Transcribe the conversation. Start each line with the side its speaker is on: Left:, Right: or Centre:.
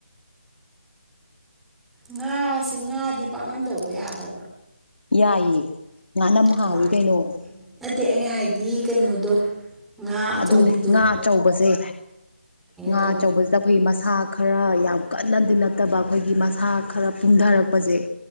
Centre: ꯉꯥꯁꯦ ꯉꯥꯗꯤ ꯄꯥꯛꯅꯝꯇꯩꯕ ꯌꯥꯗꯕ꯭ꯔꯣ
Left: ꯌꯥꯏꯌꯦ ꯉꯥꯅꯝ
Centre: ꯀꯃꯥꯏ
Left: ꯍꯥꯎꯏ ꯀꯩꯅꯣ
Centre: ꯅꯠꯇꯦ ꯑꯩꯅ ꯍꯥꯏꯗꯤ ꯀꯩꯅꯣꯗꯣ ꯉꯥ ꯑꯆꯧꯕꯤꯗꯣ
Left: ꯑꯗꯨꯅꯦ ꯉꯥ ꯑꯆꯧꯕꯁꯦ ꯉꯥ
Centre: ꯇꯧꯏ
Left: ꯑꯆꯧꯕꯁꯤꯗ ꯑꯩꯈꯣꯏꯒꯤ ꯃꯁꯥ ꯈꯔ ꯌꯥꯝ ꯀꯟꯅꯗꯤ ꯅꯠꯇꯕ ꯑꯩꯈꯣꯏꯒꯤ ꯃꯁꯥ ꯈꯔ ꯄꯨꯝꯊꯔꯛꯄ ꯐꯖꯩ